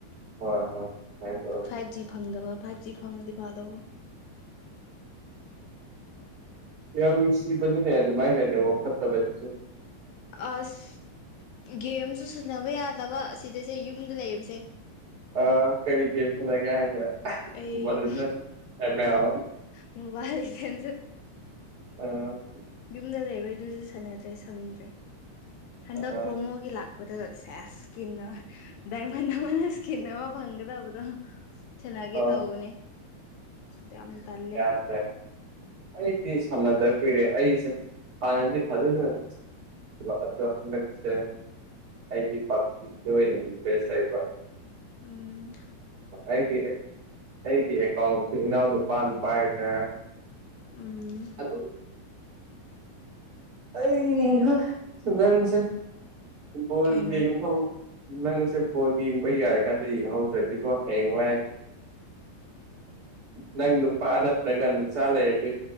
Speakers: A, on the right; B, on the left.
A: ꯍꯣꯏ ꯍꯣꯏ ꯁꯨꯃꯥꯏꯅ ꯇꯧꯋꯤ
B: ꯐꯥꯏꯚ ꯖꯤ ꯐꯪꯗꯕ ꯐꯥꯏꯚ ꯖꯤ ꯐꯪꯉꯗꯤ ꯐꯥꯗꯧꯕ <unintelligible>
A: ꯌꯥꯝ ꯅꯨꯡꯁꯤꯕꯅꯤꯅꯦ ꯑꯗꯨꯃꯥꯏꯅꯅꯦ ꯋꯥ ꯐꯠꯇꯕꯗꯨꯁꯨ
B: ꯑꯁ ꯒꯦꯝꯁꯨ ꯁꯥꯟꯅꯕ ꯌꯥꯗꯕ ꯁꯤꯗꯁꯦ ꯌꯨꯝꯗ ꯂꯩꯕꯁꯦ
A: ꯑ ꯀꯔꯤ ꯒꯦꯝ ꯁꯅꯒꯦ ꯍꯥꯏꯁꯦ
B: ꯑꯩ
A: ꯃꯣꯕꯥꯏꯜ ꯂꯤꯖꯦꯟ ꯑꯦꯝ ꯑꯦꯜ
B: ꯃꯣꯕꯥꯜꯁꯨ
A: ꯑꯣ
B: ꯌꯨꯝꯗ ꯂꯩꯕꯩꯗꯨꯁꯨ ꯁꯥꯟꯅꯗ꯭ꯔꯦ ꯁꯪꯗ꯭ꯔꯦ ꯍꯟꯗꯛ
A: ꯑꯥ
B: ꯄꯕ꯭ꯔꯣꯃꯣꯒꯤ ꯂꯥꯛ ꯄ ꯁꯦꯁ ꯁꯀꯤꯅ ꯗꯗꯥꯏꯃꯟꯗꯃꯅ ꯁꯀꯤꯟ ꯋꯥ ꯐꯪꯒꯗ ꯄ ꯊꯅꯒꯦ
A: ꯑꯥ
B: ꯇꯧꯕꯅꯦ ꯌꯥꯝ ꯇꯜꯂꯦ
A: ꯌꯥꯗ꯭ꯔꯦ ꯑꯩꯗꯤ ꯁꯝꯅꯗꯕ ꯀꯨꯏꯔꯦ ꯑꯩꯁꯦ ꯍꯥꯟꯅꯗꯤ ꯐꯖꯅ <unintelligible> ꯑꯗꯥ ꯍꯟꯗꯛꯁꯦ ꯑꯩꯗꯤ ꯄꯞꯖꯤꯗꯥ ꯑꯣꯏꯅꯥ ꯏꯟꯇꯔꯦꯁ ꯂꯩꯕ
B: ꯎꯝ
A: ꯑꯩꯒꯤ ꯑꯩꯒꯤ ꯑꯦꯀꯥꯎꯟꯁꯤ ꯏꯅꯥꯎ <unintelligible> ꯄꯥꯟ ꯄꯥꯏ ꯍꯦ
B: ꯎꯝ
A: ꯑꯗꯣ ꯍꯩ ꯍꯥ <unintelligible> ꯐꯨꯕꯣꯜ
B: ꯀꯩꯅꯣ
A: ꯌꯦꯡꯕ ꯅꯪꯁꯦ ꯕꯣꯜ ꯌꯦꯡꯕ ꯌꯥꯔ ꯀꯥꯟꯗ ꯌꯦꯡꯍꯧꯗ꯭ꯔꯗꯤꯀꯣ ꯍꯌꯦꯡꯋꯥꯏ ꯅꯪ ꯅꯨꯄꯥ ꯅꯠꯇꯔꯒ ꯅꯆꯥ ꯂꯩꯔꯗꯤ